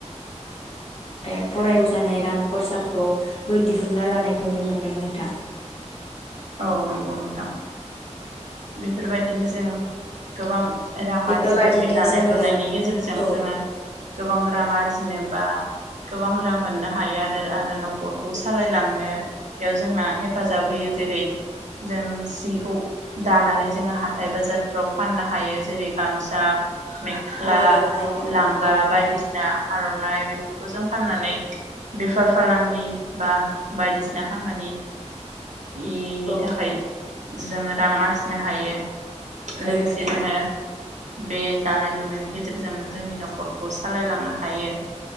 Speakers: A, on the left; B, on the right.
A: फ्राय फरायनाव जानाय रांनि खरसाफोरखौबो दिहुनन्ना लानायखौ नुनो मोनदों नोंथां।
B: औ नंगौ नोंथां। बेफोरबायदिनो जों गोबां रां
A: बेफोरबादिनो
B: आरजिनो बे दानाय
A: जोङो
B: लुनायनि गेजेरजों
A: औ
B: जोङो गोबां रां आरजिनो बा गोबां रां मोननो हायो आरो आरो न'खरखौ सालायलांनो जोंना हेफाजाब होयो जेरै जों सिखौ दानानै जोङो हाथाय बाजारफ्राव फाननो हायो जेरै गामसा मेख्ला
A: औ औ हायो नोंथां
B: लांगा
A: औ
B: बायदिसिना आर'नाइ बेफोरखौ जों फाननानै बेफार फालांगि बा बायदिसिना खामानि इनि
A: औ
B: थाखाय जोङो रां आरजिनो हायो
A: हायो
B: लोगोसे
A: नोंथां
B: जोङो बे दानाय लुनायनि गेजेरजोंनो जोंनि न'खरखौ सालायलांनो हायो।